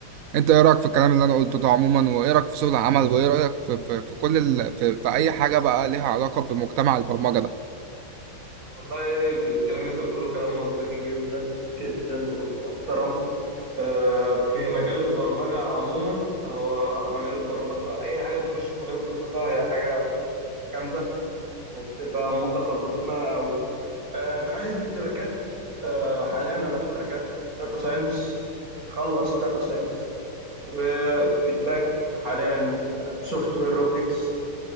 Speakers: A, on the right (about 75°); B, on the right (about 40°).
A: أنت إيه رأيك في الكلام اللي أنا قلته ده عموما وإيه رأيك في سوق العمل وإيه <laughs> رأيك في, في, في كل ال... في, في أي حاجة بقى ليها علاقة بمجتمع البرمجة ده
B: والله في الكلام اللي انت بتقوله كلام منطقي جدا جدا واحترام آه، في مجال البرمجة عموما هو مجال البرمجة أي حاجة بتخش في مجال البرمجة هي حاجة بتبقى جامدة وبتبقى متقدمة أوي آه، في حتة التراكات آه، حاليا أنا في تراكات داتا ساينس مخلص داتا ساينس وفي تراك حاليا سوفت وير روبوتكس